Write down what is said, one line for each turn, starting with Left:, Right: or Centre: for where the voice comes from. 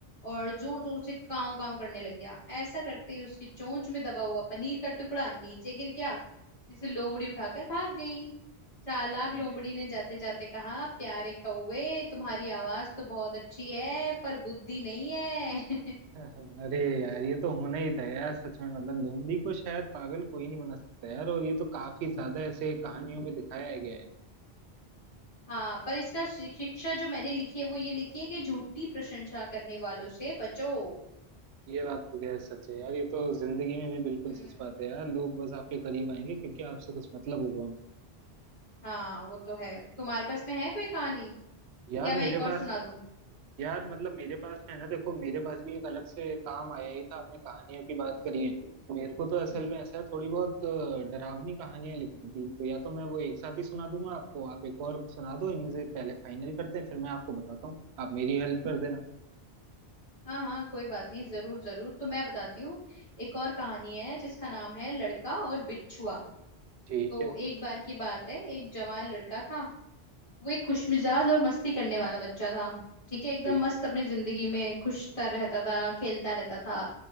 Left: और जोर जोर से काव काव करने लग गया ऐसा करते ही उसकी चोंच में दबा हुआ पनीर का टुकड़ा नीचे गिर गया जिसे लोमड़ी उठाकर भाग गई चालाक
Right: अरे
Left: लोमड़ी ने जाते जाते कहा प्यारे कौवे तुम्हारी आवाज तो बहुत अच्छी है पर बुद्धि नहीं है <laughs>
Right: अरे यार ये तो होना ही था यार सच में मतलब लोमड़ी को शायद पागल कोई नहीं बना सकता यार और ये तो काफी ज्यादा ऐसे कहानियों में दिखाया गया है
Left: हाँ पर इसका शि- शिक्षा जो मैंने लिखी है वो ये लिखी है कि झूठी प्रशंसा करने वालों से बचो
Right: ये बात तो गैर सच है यार ये तो जिंदगी में भी बिल्कुल
Left: हम्म
Right: सच बात है यार लोग बस आपके करीब आएंगे क्योंकि आपसे कुछ मतलब होगा उनको
Left: हाँ वो तो है तुम्हारे पास में है कोई कहानी
Right: यार
Left: या
Right: मेरे
Left: मैं एक और
Right: पास
Left: सुना दूं
Right: यार मतलब मेरे पास है ना देखो मेरे पास भी एक अलग से काम आया ही था आपने कहानियों की बात
Left: हम्म
Right: करी है मेरे को तो असल
Left: हम्म
Right: में ऐसा है थोड़ी बहुत अ, डरावनी कहानियां लिखनी थी तो या तो मैं वो एक साथ ही सुना दूंगा आपको आप एक और सुना दो इनमें से पहले फाइनल करते हैं फिर मैं आपको बताता हूँ आप मेरी हेल्प कर देना
Left: हाँ हाँ कोई बात नहीं जरूर जरूर तो मैं बताती हूँ एक और कहानी है जिसका नाम है लड़का और बिच्छुआ
Right: ठीक
Left: तो
Right: है
Left: एक बार की बात है एक जवान लड़का था वो एक खुशमिजाज और मस्ती करने वाला बच्चा था ठीक है एकदम
Right: ठीक
Left: मस्त अपनी जिंदगी में खुशता रहता था खेलता रहता था